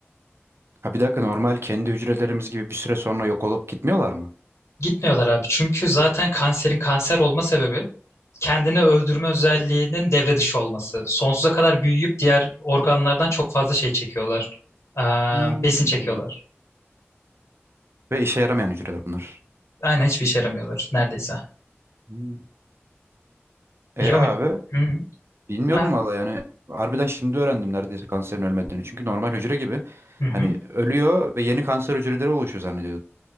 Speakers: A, on the right; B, on the left.
A: Ha bir dakika normal kendi hücrelerimiz gibi bir süre sonra yok olup gitmiyorlar mı?
B: Gitmiyorlar abi. Çünkü zaten kanserin kanser olma sebebi kendini öldürme özelliğinin devre dışı olması. Sonsuza kadar büyüyüp diğer organlardan çok fazla şey çekiyorlar. Ee,
A: Hmm.
B: besin çekiyorlar.
A: Ve işe yaramayan hücreler bunlar.
B: Aynen hiçbir işe yaramıyorlar neredeyse.
A: Hmm. E
B: Biliyor
A: abi
B: muydun? Hı.
A: bilmiyordum
B: Ha,
A: valla yani. Harbiden şimdi öğrendim neredeyse kanserin ölmediğini. Çünkü normal hücre gibi
B: hı hı.
A: hani ölüyor ve yeni kanser hücreleri oluşuyor zannediyordum.